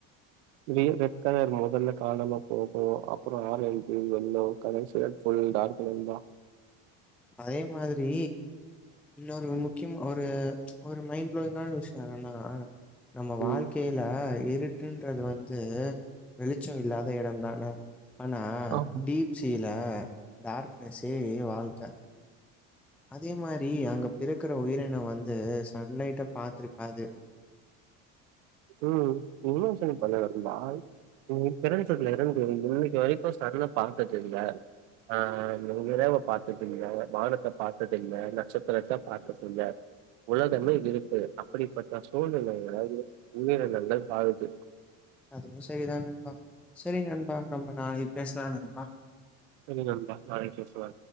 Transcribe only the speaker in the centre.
அதே மாதிரி இன்னொரு முக்கியம் ஒரு ஒரு மைண்ட் ப்ளோயிங்கான விஷ்யோ என்னன்னா நம்ம வாழ்க்கையில
இருட்டுன்றது வந்து வெளிச்ச இல்லாத இடம்தானே ஆனா
டீப்சியில டார்க்னஸ்ஸே வாழ்க்க அதே மாரி அங்க பிறக்கற உயிரினோ வந்து சன்லைட்ட பா்த்துருக்காது
அதுவு சரிதா நண்பா சரி நண்பா நம்ம நாளைக் பேசலா நண்பா